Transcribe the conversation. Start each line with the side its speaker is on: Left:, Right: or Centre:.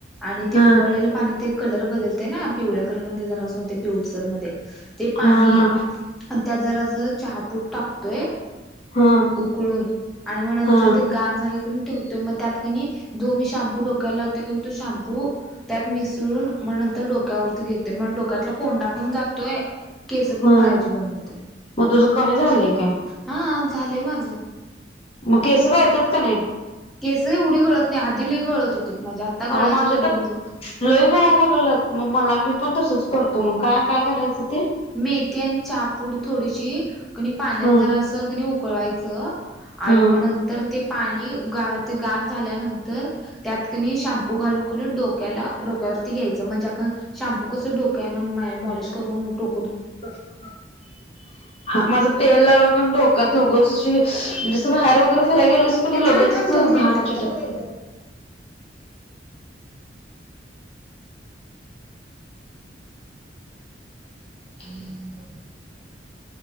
Centre: आणि ते
Left: हा
Centre: उकळलेले पाणी ते कलर बदलतंय ना पिव ळ्या कलर मधे जरा असे होते पिवसर मधे ते पाणी
Left: हा हा
Centre: त्यात जरास चहापूट टाकतोय
Left: हा
Centre: उकळून आणि मग नंतर
Left: हा
Centre: ते गार झाल्या क ठिवत्यो मग त्यात कणी जोमिश शम्पू डोक्यायला लावते तो शॅम्पू त्यात मिसळून मग नंतर डोक्यावरती घेते म डोक्यातला कोंडा पण जातोय केस पण
Left: हा
Centre: गळायची बंद होत्यात
Left: मग तुझं कमी झालंय काय
Centre: हा झालेय माझ
Left: मग केस गळत्यात का नाहीत?
Centre: केस एवढी गळत नाही आधी लई गळत होतीत माझी आता गळायची
Left: अग माझे
Centre: थोडी
Left: तर
Centre: बंद
Left: लई गळाला लागलात मग मला मी पण तसच -- करतो मग का काय करायचं? ते
Centre: मेथी आणि चहापूड थोडीशी कणी पाण्यात
Left: हा
Centre: जरासं कणी उकळायचं. आणि
Left: हा
Centre: म नंतर ते पाणी गाळत गार झाल्यानंतर त्यात की नई शाम्पू घालून की नई डोक्याला डोक्यावरती घ्यायचं म्हणजे आपण कसं डोक्याने माय मॉलिश करून डो
Left: <unintelligible> हां माझं तेल लाव डोकात उगचच शी जसं बाहेर वगैरे- फिराय गेलस कणी
Centre: ए
Left: लगेचच
Centre: थांब थांब दोन मिनिटं
Left: घाण चिटकते. <inaudible>